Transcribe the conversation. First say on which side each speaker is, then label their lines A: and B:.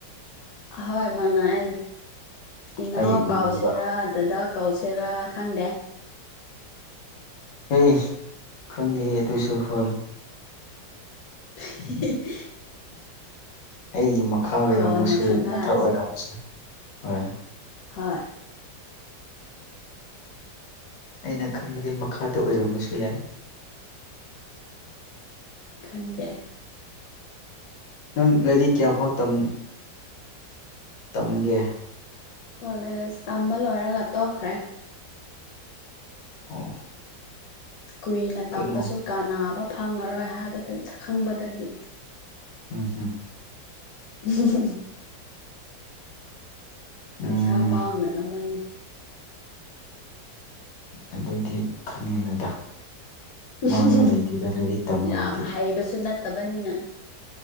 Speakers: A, on the left; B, on the left.
A: ꯑꯍꯣꯏ ꯃꯅꯥꯏ ꯏꯅꯥꯎ
B: ꯑꯩ ꯎꯕ
A: ꯀꯥꯎꯁꯤꯔꯥ ꯗꯗꯥ ꯀꯧꯁꯤꯔꯥ ꯈꯪꯗꯦ
B: ꯑꯦ ꯈꯪꯗꯦ ꯑꯗꯨꯁꯨ ꯍꯣꯏ
A: ꯍ <inaudible>
B: ꯑꯩꯒꯤ ꯃꯈꯥ ꯑꯣꯏꯔꯝꯃꯁꯨ
A: ꯀꯣꯟꯅ ꯈꯪꯅꯔꯁꯦ
B: ꯌꯥꯏ ꯃꯊꯛ ꯑꯣꯏꯔꯝꯃꯁꯨ ꯍꯣꯏ
A: ꯍꯣꯏ
B: ꯑꯩꯅ ꯈꯟꯕꯗꯤ ꯃꯈꯥꯗ ꯑꯣꯏꯔꯝꯕꯁꯨ ꯌꯥꯏ
A: ꯀꯗꯦ <inaudible>
B: ꯅꯪ ꯂꯥꯢꯔꯤꯛ ꯀꯌꯥꯐꯥꯎ ꯇꯝ ꯇꯝꯒꯦ
A: ꯀꯣꯂꯦꯖ ꯇꯝꯕ ꯂꯣꯏꯔꯒ ꯇꯣꯛꯈ꯭ꯔꯦ
B: ꯑꯣ
A: ꯀꯨꯏꯅ
B: ꯀꯩꯅꯣ
A: ꯇꯝꯕꯁꯨ ꯀꯅꯥꯕ ꯐꯪꯉꯔꯣꯏ ꯍꯥꯏꯕꯗ ꯈꯪꯕꯗꯒꯤ
B: ꯎꯝ ꯍꯝ
A: <inaudible> ꯄꯩꯁꯥ
B: ꯎꯝ
A: ꯃꯥꯡꯅꯕꯅꯤ
B: ꯑꯗꯨꯗꯤ ꯈꯟꯒꯅꯨꯗ
A: ꯎꯍꯨꯝ
B: ꯃꯥꯡꯕ
A: ꯍꯨꯝ
B: ꯂꯩꯇꯦꯗ
A: ꯍꯨꯝ
B: ꯂꯥꯏꯔꯤꯛ ꯇꯝꯕꯗꯨꯗꯤ
A: ꯌꯥꯝ ꯍꯩꯕꯁꯨ ꯅꯠ ꯇꯕꯅꯤꯅ